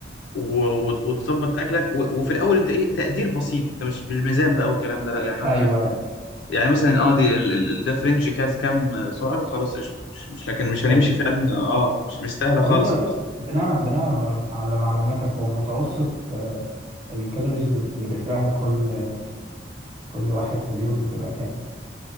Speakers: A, on the left; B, on the right.
A: و- و- وتظبط اكلك و- وفي الاول انت ايه تقدير بسيط انت مش بالميزان بقى والكلام ده لا يعني مثلا
B: ايوه
A: يعني مثلا اه دي ال- ال- ده فرنج كاز كام سعر خلاص قشطه مش, مش لكن مش هنمشي
B: حلو
A: فعلا اه مش مستاهله
B: طب
A: خالص
B: انت بناء بناء على معلوم- على معلوماتك هو متوسط آه، الكالوريز بت- اللي بيحرقها كل كل واحد في اليوم بتبقى كام